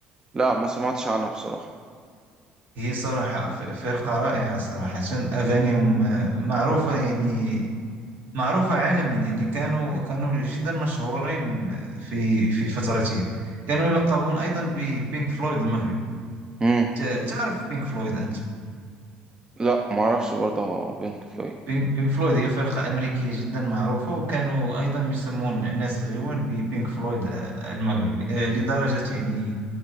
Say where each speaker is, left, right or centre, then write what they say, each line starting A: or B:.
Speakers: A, on the right; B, on the right.
A: لا ما سمعتش عنها بصراحه
B: هي صراحة ف- فرقة رائعة صراحة أغانيهم آه، معروفة يعني معروفة عالميا يعني كانوا كانوا جدا مشهورين في في فترتهم كانوا يلقبون أيضا ببينك فلويد المغرب
A: مم.
B: ت- تعرف بينك فلويد أنت
A: لا ما اعرفش برضه بينك فلويد
B: بينك بينك فلويد هي فرقة أمريكية جدا معروفة وكانوا أيضا يسمون الناس الغيوان ببينك فلويد آه، المغرب آه، لدرجة يعني